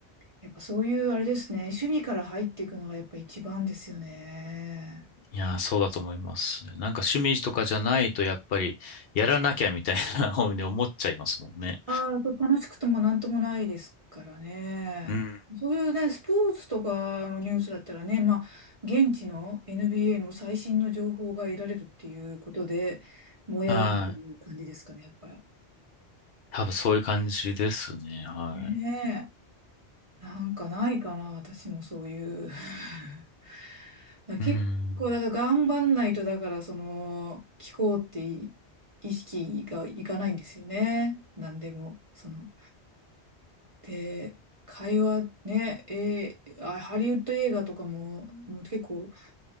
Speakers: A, on the right; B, on the left.
A: やっぱそういうあれですね。守備から入っていくのがやっぱ一番ですよね。
B: いやー、そうだと思いますね。なんか趣味とかじゃないとやっぱりやらなきゃみたいな <laughs> 方に思っちゃいますもんね。
A: ああ、これ楽しくてもなんともないですからね。
B: うん。
A: そういうね、スポーツとかのニュースだったらね、まあ、現地の NBA の最新の情報が得られるっていうことで、燃え上がってる感じですかね、
B: はい。
A: やっぱり。
B: 多分そういう感じですね。は
A: ねえ。なんかないかな、私もそういう。<laughs> だから結構、
B: い。うん。
A: だから頑張んないと、だから、その、気候ってい意識がいかないんですよね。なんでも、その。で、会話ね、えーあ、ハリウッド映画とかも、もう結構、